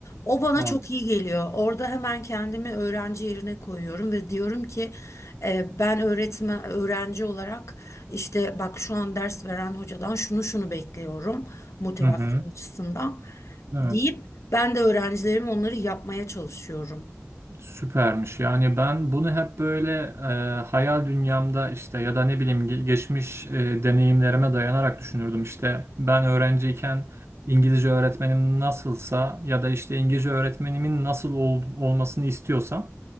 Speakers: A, on the left; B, on the right.
A: O bana
B: Hı hı.
A: çok
B: Anladım.
A: iyi geliyor. Orada hemen kendimi öğrenci yerine koyuyorum ve diyorum ki e, ben öğretmen öğrenci olarak işte bak şu an ders veren hocadan şunu şunu bekliyorum motivasyon
B: Hı hı.
A: açısından
B: Evet.
A: deyip ben de öğrencilerim onları yapmaya çalışıyorum.
B: Süpermiş. Yani ben bunu hep böyle e, hayal dünyamda işte ya da ne bileyim ge- geçmiş e, deneyimlerime dayanarak düşünürdüm. İşte ben öğrenciyken İngilizce öğretmenim nasılsa ya da işte İngilizce öğretmenimin nasıl ol- olmasını istiyorsam